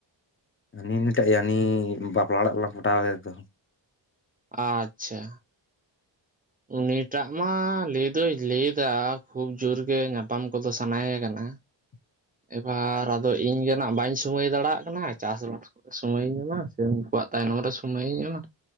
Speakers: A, on the left (about 25°); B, on the right (about 20°).
A: ᱦᱟᱹᱱᱤ ᱦᱟᱹᱱᱤ ᱴᱟᱜ ᱭᱟ ᱦᱟᱹᱱᱤ ᱵᱟᱯᱞᱟ ᱚᱲᱟᱜ ᱨᱮᱞᱟᱝ ᱯᱚᱴᱟᱣ ᱞᱮᱫᱮ ᱫᱚ
B: ᱟᱪᱪᱷᱟ ᱩᱱᱤ ᱴᱟᱜ ᱢᱟ ᱞᱟᱹᱭ ᱫᱚᱭ ᱞᱟᱹᱭ ᱫᱟ ᱠᱷᱩᱵ ᱡᱳᱨ ᱜᱮ ᱧᱟᱯᱟᱢ ᱠᱚᱫᱚ ᱥᱟᱱᱟᱭᱮ ᱠᱟᱱᱟ
A: <inaudible>
B: ᱮ ᱵᱟᱨ ᱟᱫᱚ ᱤᱧ ᱜᱮ ᱱᱟᱜ ᱵᱟᱹᱧ ᱥᱚᱢᱚᱭ ᱫᱟᱲᱮᱭ-ᱟᱜ ᱠᱟᱱᱟ ᱪᱟᱥ ᱵᱟᱥ ᱠᱚᱨᱮ ᱥᱚᱢᱚᱭ ᱤᱧ ᱮᱢᱟ ᱥᱮ ᱩᱱᱠᱩᱣᱟᱜ ᱛᱟᱭᱱᱚᱢ ᱨᱮ ᱥᱩᱢᱚᱭ ᱤᱧ ᱮᱢᱟ